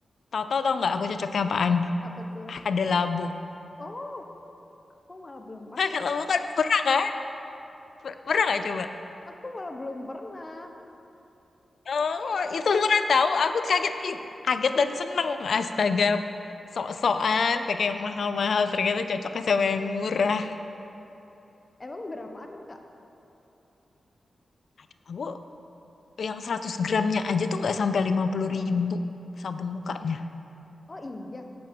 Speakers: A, on the left; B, on the left.
A: tahu-tahu tau nggak aku cocoknya apaan?
B: Apa tuh?
A: Ada labo.
B: Oh. Aku malah belum
A: <laughs>
B: pernah.
A: Ada labo kan murah kan? Per- Pernah nggak coba?
B: Aku malah belum pernah.
A: Oh, itu murah tahu. Aku kaget, Ih, kaget dan seneng. Astaga, sok-sokan pakai yang mahal-mahal ternyata cocoknya sama yang murah.
B: Emang berapaan, Kak?
A: Aduh, aku yang 100 gramnya aja tuh nggak sampai lima puluh ribu sabun mukanya.
B: Oh iya,